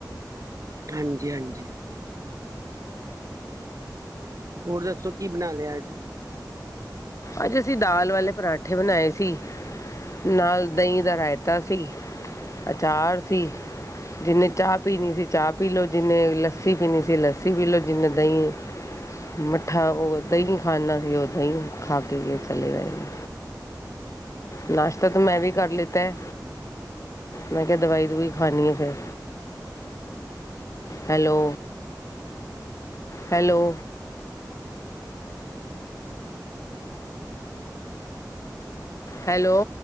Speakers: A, on the right; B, on the left.
A: ਹਾਂਜੀ-ਹਾਂਜੀ। ਹੋਰ ਦੱਸੋ ਕੀ ਬਣਾ ਲਿਆ ਅੱਜ?
B: ਅੱਜ ਅਸੀਂ ਦਾਲ ਵਾਲੇ ਪਰਾਂਠੇ ਬਣਾਏ ਸੀ। ਨਾਲ ਦਹੀਂ ਦਾ ਰਾਇਤਾ ਸੀ, ਅਚਾਰ ਸੀ। ਜਨੇ ਚਾਹ ਪੀਣੀ ਸੀ ਚਾਹ ਪੀ ਲਓ, ਜਨੇ ਲੱਸੀ ਪੀਣੀ ਸੀ ਲੱਸੀ ਪੀ ਲਓ ਜਿੰਨੇ ਦਹੀਂਂ ਮੱਠਾ ਉਹ ਦਹੀਂ ਖਾਦਾ ਸੀ, ਉਹ ਦਹੀਂ ਖਾ ਕੇ ਚਲੇ ਗਏ ਨੇ। ਨਾਸ਼ਤਾ ਤਾਂ ਮੈਂ ਵੀ ਕਰ ਲਿੱਤਾ। ਮੈਂ ਕਿਹਾ ਦਵਾਈ ਦਵਾਈ, ਖਾਣੀ ਆ ਫਿਰ ਹੈਲੋ ਹੈਲੋ, ਹੈਲੋ,